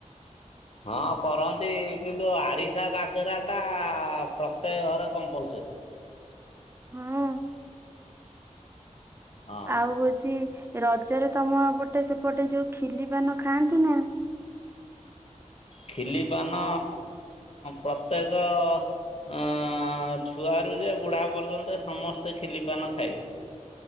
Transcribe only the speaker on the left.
ହଁ କରନ୍ତି କିନ୍ତୁ ଆରିସା କାାଗରା ଟା ପ୍ରତ୍ୟେକ ଘରେ କମ୍ପଲସରୀ
ହଁ
ଖିଲି ପାନ ପ୍ରତ୍ୟେକ ଅ ଛୁଆ ର ଯେ ବୁଢା ପର୍ଯ୍ୟନ୍ତ ସମସ୍ତେ ଖିଲି ପାନ ଖାଇବେ?